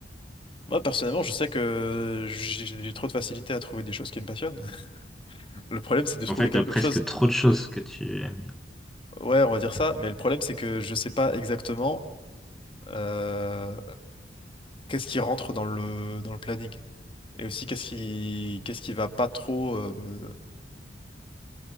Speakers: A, on the left; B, in the centre.
A: Moi, personnellement, je sais que j'ai j'ai trop de facilité à trouver des choses qui me passionnent. <laughs> Le problème, c'est de trouver
B: En fait,
A: quelque
B: t'as presque
A: chose.
B: trop de choses que tu aimes bien.
A: Ouais, on va dire ça, mais le problème, c'est que je sais pas exactement. euh, qu'est-ce qui rentre dans le, dans le planning? Et aussi, qu'est-ce qui, qu'est-ce qui va pas trop euh, me,